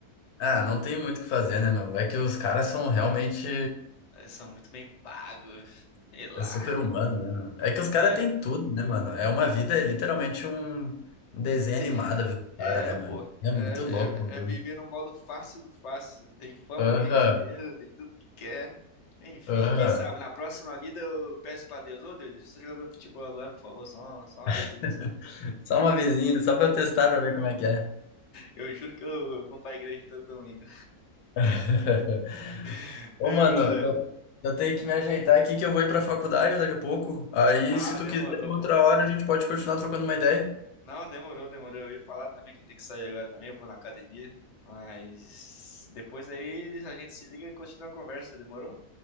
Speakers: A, on the left; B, on the left.
A: Ah, não tem muito o que fazer, né, meu? É que os caras são realmente
B: Eles são muito bem pagos. Sei lá.
A: é super humano né? meu? É que os caras
B: É.
A: têm tudo, né, mano? É uma vida, é literalmente um um desenho
B: Tem,
A: animado, viu, cara,
B: É,
A: né, meu?
B: pô.
A: É muito
B: É,
A: louco o bagulho.
B: é, é viver no modo fácil do fácil. Tem fama,
A: Aham.
B: tem dinheiro, tem tudo que quer. Enfim,
A: Aham.
B: quem sabe na próxima vida eu peço pra Deus, ô Deus, deixa eu ser jogador de futebol agora, por favor, só uma, só uma vezinha
A: <laughs>
B: só.
A: Só uma vezinha, só pra eu testar pra ver como é que é.
B: Eu juro que eu vou pra igreja todo domingo.
A: <laughs>
B: <laughs>
A: Ô,
B: Ei,
A: mano,
B: brother.
A: eu, eu tenho que me ajeitar aqui que eu vou ir pra faculdade daqui a pouco. Aí,
B: Ah,
A: se tu
B: demorou,
A: quiser, outra
B: pô.
A: hora a gente pode continuar trocando uma ideia.
B: Não, demorou, demorou. Eu ia falar também que eu tenho que sair agora também, eu vou na academia. Mas depois aí a gente se liga e continua a conversa, demorou?